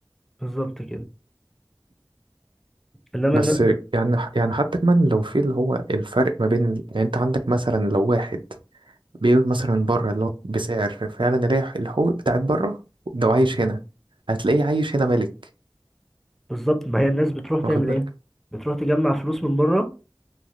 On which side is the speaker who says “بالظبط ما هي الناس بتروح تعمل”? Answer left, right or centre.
Centre